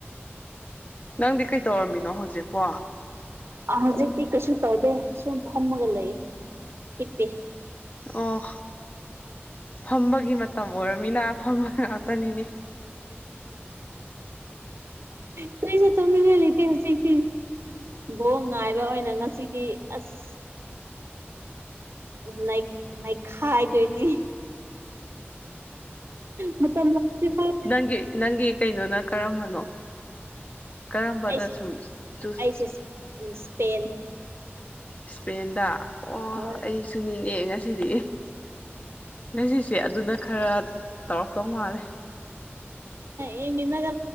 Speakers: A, on the left; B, on the right.
A: ꯅꯪꯗꯤ ꯀꯩꯇꯧꯔꯝꯃꯤꯅꯣ ꯍꯧꯖꯤꯛꯄꯣ
B: ꯑ ꯍꯧꯖꯤꯛꯇꯤ ꯀꯩꯁꯨ ꯇꯧꯗꯦ ꯁꯨꯝ ꯐꯝꯃꯒ ꯂꯩꯌꯦ ꯍꯤꯞꯄꯤ
A: ꯑꯣ ꯐꯝꯕꯒꯤ ꯃꯇꯝ ꯑꯣꯏꯔꯃꯤꯅ ꯐꯝꯕ ꯉꯥꯛꯇꯅꯤꯅꯦ
B: ꯀꯩꯁꯨ ꯇꯧꯅꯤꯡꯉꯥꯏ ꯂꯩꯇꯦ ꯍꯧꯖꯤꯛꯇꯤ ꯕꯣꯝ ꯉꯥꯏꯕ ꯑꯣꯏꯅ ꯉꯁꯤꯗꯤ ꯑꯁ ꯎꯝ ꯂꯩ ꯅꯩꯈꯥꯏꯗꯣꯏꯅꯦ ꯃꯇꯝꯂꯛꯇꯔꯤꯐꯥꯎ
A: ꯅꯪꯒꯤ ꯅꯪꯒꯤ ꯀꯩꯅꯣꯅ ꯀꯔꯝꯕꯅꯣ ꯀꯔꯝꯕꯗ
B: ꯑꯩꯁꯤ
A: ꯁꯨꯝ ꯆꯨꯁ
B: ꯑꯩꯁꯦ ꯏꯁꯄꯦꯟ
A: ꯏꯁꯄꯦꯟꯗ ꯑꯣ
B: ꯍꯣꯏ
A: ꯑꯩꯁꯨꯅꯤꯅꯦ ꯉꯁꯤꯗꯤ ꯉꯁꯤꯁꯦ ꯑꯗꯨꯅ ꯈꯔ ꯇꯧꯔꯛꯇꯧ ꯃꯥꯜꯂꯦ
B: ꯌꯦꯡꯃꯤꯟꯅꯒ